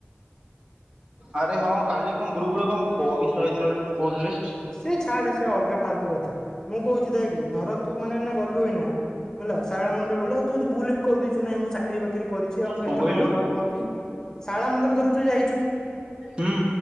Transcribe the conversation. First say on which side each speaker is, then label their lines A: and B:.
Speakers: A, on the right; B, on the left.
A: ଆରେ ହଁ କାଲି କଣ ଗ୍ରୁପରେ କଁ ପଇସା ହେଇଥିଲା ବୋଲି କଁ କହୁଥିଲେ।
B: ସେ ଛାଡେ ସେ ଅଲଗା ଫାଲତୁ କଥା, ମୁଁ କହୁଚି ଦେଖେ, ଧର ତୁ ମାନେ ଗଲୁ ଏଇନା ହେଲା ଶାରଳା ମନ୍ଦିର ଗଲୁ ଆଉ ତୁ ଯଦି ଭୁଲରେ ବି କହିଦେଇଚୁ ନାଇଁ ମୁଁ ଚା କିରି ବାକିରି କରିଚି ଆଉ ମୁଁ
A: କଣ
B: ଏତେ
A: କହିଲୁ
B: ଟଙ୍କା ଦରମା ପାଉଚି, ଶାରଳା ମନ୍ଦିର ଧର ତୁ ଯାଇଚୁ
A: ହୁଁ